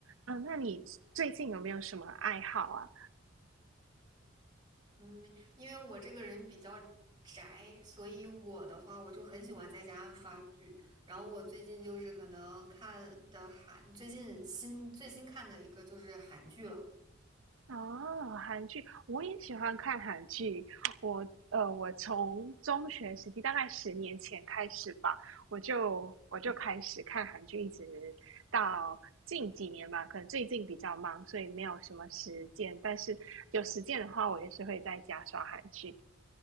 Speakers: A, on the right; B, on the right.
A: 嗯，那你最近有没有什么爱好啊？
B: 嗯，因为我这个人比较宅，所以我的话，我就很喜欢在家刷剧。然后我最近就是可能看的韩，最近新最新看的一个就是韩剧了。
A: 哦，韩剧，我也喜欢看韩剧。我呃，我从中学时期，大概十年前开始吧，我就我就开始看韩剧，一直到近几年吧。可能最近比较忙，所以没有什么时间。但是有时间的话，我也是会在家刷韩剧。